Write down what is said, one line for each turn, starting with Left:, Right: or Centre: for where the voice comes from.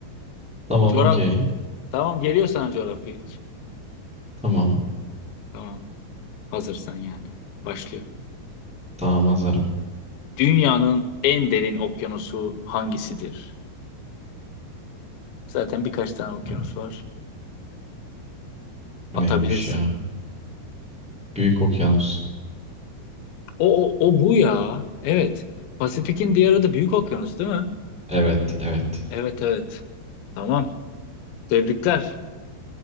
Centre: Tamam
Left: Coğraf,
Centre: okey.
Left: Tamam geliyor sana coğrafya ilk.
Centre: Tamam.
Left: Tamam. Hazırsan yani. Başlıyor.
Centre: Tamam hazırım.
Left: Dünyanın en derin okyanusu hangisidir? Zaten birkaç tane okyanus
Centre: Hı,
Left: var.
Centre: Bu
Left: Atabilirsin.
Centre: neymiş ya? Büyük okyanus.
Left: O, o, o bu ya. Evet. Pasifik'in diğer adı Büyük Okyanus değil mi?
Centre: Evet evet.
Left: Evet evet. Tamam. Tebrikler.